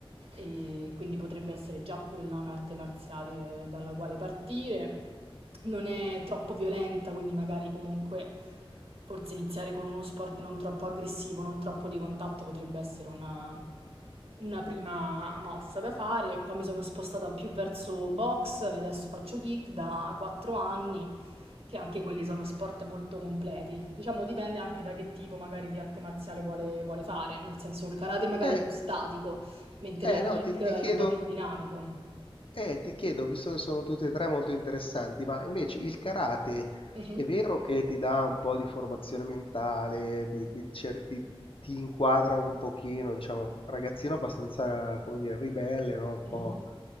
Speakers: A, on the right; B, on the left.
A: e quindi potrebbe essere già quella un'arte marziale dalla quale partire. Non è troppo violenta, quindi magari comunque forse iniziare con uno sport non troppo aggressivo, non troppo di contatto potrebbe essere una, una prima mossa da fare. Poi mi sono spostata più verso box e adesso faccio kick da 4 anni che anche quelli sono sport molto completi. Diciamo, dipende anche da che tipo magari di arte marziale vuole, vuole fare, nel senso il karate magari
B: Eh,
A: è più statico, mentre
B: eh,
A: la kick
B: no, ti, ti
A: è
B: chiedo,
A: un po' più dinamico.
B: Eh, ti chiedo, visto che sono tutti e tre molto interessanti, ma invece il karate
A: Mhm.
B: è vero che ti dà un po' di formazione mentale, ti, ti cer- ti- ti inquadra un pochino, diciamo, un ragazzino abbastanza, come dire, ribelle, no? Un
A: Mh-mh.
B: po'.